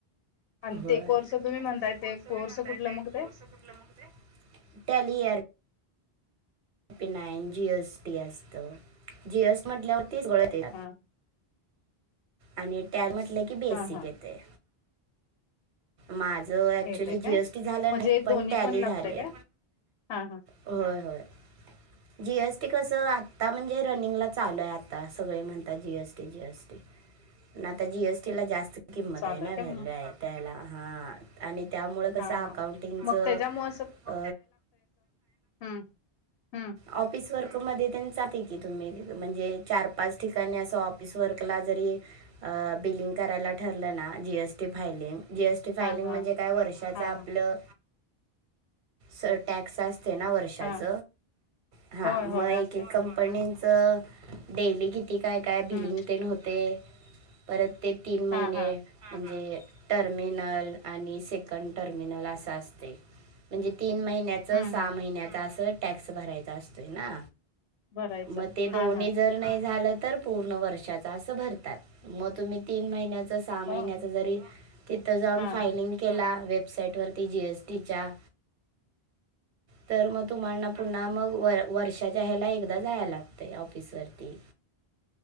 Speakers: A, on the left (about 75°); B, on the right (about 50°).
A: आणि
B: हो
A: ते कोर्स तुम्ही म्हणताय
B: ते कोर्स मी म्हणताय
A: कुठलं
B: ते
A: मग
B: कोर्स कुठलं मग टॅली नाईन जीएसटी असत जीएसटी म्हटल्यावर सगंळं येतंय
A: हा
B: आणि टॅल म्हटले की बेसीक
A: हा हा
B: येतय. माझ ऍक्च्युली
A: येतय काय
B: जी एस टी झालं
A: म्हणजे
B: नाय पण
A: दोन्ही
B: टॅली
A: लागतय
B: झालंय.
A: काय हा हा
B: होय होय. जीएसटी कसं आत्ता म्हणजे रनिंगला चालू आहे आता सगळे म्हणतात जीएसटी जीएसटी. पण आता जी एस टी ला जास्त किंमत
A: चालू
B: आहे ना
A: काय
B: व्हॅल्यू आहे त्याला हा. आणि त्यामुंळ कसं
A: हा
B: अकाउंटिंगचं
A: हा मग त्याच्यामुळे
B: अ
A: हा हा
B: ऑफिस वर्क मध्ये त्यांनं जाते की तुम्ही म्हणजे चार पाच ठिकाणी असं ऑफिस वर्कला जरी अ बिलिंग करायला ठेवलं ना G S T filing G S T फायलिंग
A: हा हा
B: म्हणजे काय वर्षाच
A: हा
B: आपलं
A: हा
B: स टॅक्स असते ना वर्षाच
A: हा
B: हा
A: होय
B: मग
A: होय
B: एक
A: असत की
B: कंम पणीच डेली किती काय काय बिलिंग
A: हम्म
B: तेन होतय. परत ते तीन महिने
A: हा हा
B: म्हणजे टर्मिनल आणि सेकंड टर्मिनल अस असतय. म्हणजे तीन महिन्याच
A: हम्म
B: सहा
A: हम्म
B: महिन्याचा असं टॅक्स भरायचा असतोय ना.
A: भरायचं
B: म ते दोन्ही
A: हा हा
B: जर नाही झालं तर पूर्ण वर्षाच असं भरतात म तुम्ही तीन महिन्याचं सहा महिन्याचं
A: हो
B: जरी तिथं जाऊन
A: हा
B: फायलिंग केला वेबसाईट वरती जी एस टीच्या तर म तुम्हाना पुन्हा मग वर वर्षाच्या हयाला एकदा जायला लागतं ऑफिसवरती.